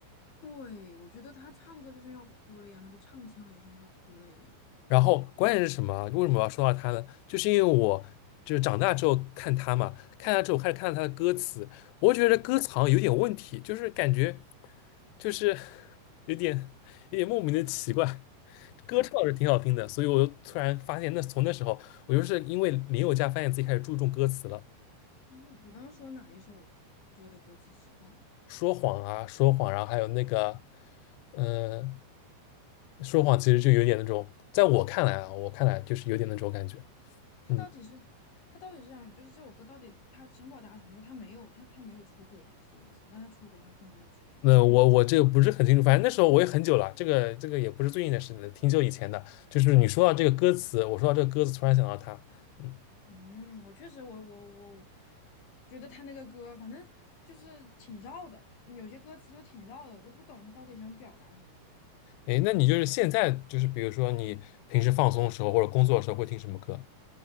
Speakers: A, on the left; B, on the left.
A: 对，我觉得他唱歌就像要哭了一样，他的唱腔也像要哭了一样。
B: 然后关键是什么啊为什么我要说到他呢？就是因为我就是长大之后看他嘛，看他之后开始看到他的歌词，我觉得歌词好像有点问题，就是感觉就是 <laughs> 有点有点莫名的奇怪。歌唱是挺好听的，
A: 那
B: 所以我就突然发现那，从那时候我就是因为林宥嘉发现自己开始注重歌词了，
A: 嗯，比方说哪一首歌的歌词奇怪啊？
B: 说谎啊，说谎，然后还有那个，嗯、说谎其实就有点那种，在我看来啊，我看来就是有点那种感觉。
A: 他到底是他到底是想就是这首歌到底他想表达什么？
B: 嗯。
A: 他没有他他没有出轨吗？是这个意思吗？但他出轨，他说他没有出轨这个意思。
B: 那我我这个不是很清楚，反正那时候我也很久了，这个这个也不是最近的事了，挺久以前的。就是你说到这个歌词，我说到这个歌词，突然想到它。嗯，
A: 嗯，我确实我我我觉得他那个歌反正就是挺绕的，有些歌词就挺绕的，我都不懂他到底想表达什么。
B: 哎，那你就是现在就是比如说你平时放松的时候或者工作的时候会听什么歌？